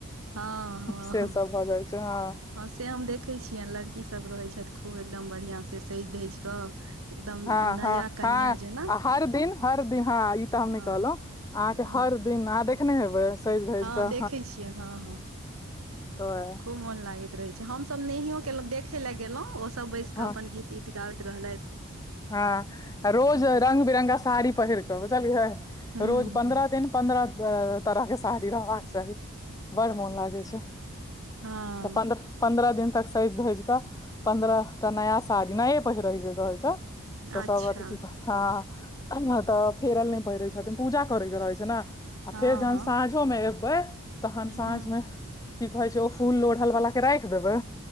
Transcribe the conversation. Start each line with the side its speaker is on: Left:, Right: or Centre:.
Right: हँ हँ
Left: से
Right: हँ
Left: सब भऽ जाइ छै हँ
Right: हँ से हम देखै छियैन लड़की सभ रहै छैथ खूब एकदम बढ़िया से सइज धइज कऽ एकदम
Left: हँ
Right: नया
Left: हँ
Right: कनिया
Left: हँ
Right: जेना
Left: आ हर दिन हर दिन हँ ई तऽ हम नय
Right: हँ
Left: कहलहुँ अहाँकेँ
Right: हँ
Left: हर दिन अहाँ देखने हेबै सजि धजि
Right: हँ
Left: कऽ
Right: देखै छियनि हँ हँ
Left: तऽ
Right: खूब मोन लागैत रहे छै हमसब नहियो केलहुँ देखे लऽ गेलहुँ ओ सब बैस
Left: हँ
Right: कऽ अपन गीत तीत गाबैत रहलैथ
Left: हँ रोज रंग बिरंगगा साड़ी पहिर कऽ बुझलियै
Right: हूं
Left: रोज पन्द्रह
Right: हूं
Left: दिन पन्द्रह तरह केँ साड़ी रहबाक चाही बड़ मोन लागै छै
Right: हँ
Left: तऽ पन्द्रह पन्द्रह दिन तक सजि धजि कऽ पन्द्रह टा नया साड़ी नये पहिरै के रहेै छै तऽ
Right: अच्छा
Left: सभ अथी की कहै हय तब फेरल नय पहिरै छथिन पूजा करयके रहै छै ने आ
Right: हँ
Left: फेर जहन
Right: हँ
Left: साँझोमे एबै तहन साँझमे
Right: हूं
Left: की कहै छै ओ फूल लोढ़ल वालाक के राखि देबै